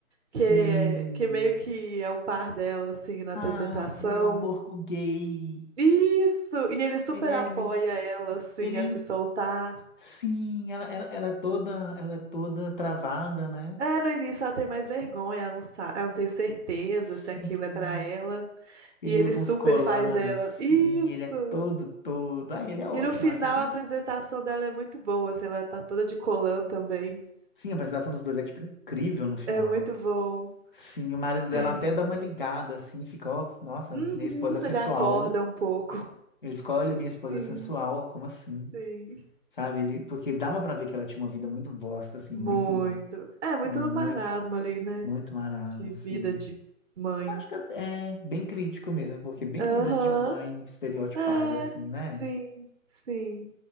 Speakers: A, on the left; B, on the right.
A: Sim.
B: que, é, que meio que é o par dela, assim, na apresentação.
A: Ah, e é um porco gay.
B: Isso! E ele super
A: Ele é,
B: apoia
A: min-
B: ela, assim,
A: ele
B: a
A: é
B: se soltar.
A: Sim, ela, ela, ela é toda, ela é toda travada, né?
B: É, no início ela tem mais vergonha, ela não sabe, ela não tem certeza
A: Sim.
B: se aquilo é pra ela.
A: Ele
B: E ele
A: usa
B: super
A: uns colãs
B: faz ela.
A: assim,
B: Isso!
A: ele é todo, todo. Ah, ele é ótimo,
B: E no final
A: acho ele.
B: a apresentação dela é muito boa, assim, ela tá toda de colã também.
A: Sim, a apresentação dos dois é tipo incrível no final.
B: É muito bom.
A: Sim, o
B: Sim.
A: marido dela até dá uma ligada assim, fica, ó, nossa,
B: Uhum,
A: minha esposa é sensual.
B: ele acorda um pouco.
A: Ele fica, olha, minha esposa
B: Sim,
A: é sensual, como assim?
B: sim.
A: Sabe? Ele, porque dava pra ver que ela tinha uma vida muito bosta assim,
B: Muito.
A: muito
B: É, muito
A: muito
B: no marasmo ali, né?
A: muito marasmo,
B: De
A: assim.
B: vida de mãe.
A: Acho que é bem crítico mesmo, porque bem
B: Aham.
A: vida de mãe estereotipada,
B: É,
A: assim, né?
B: sim, sim.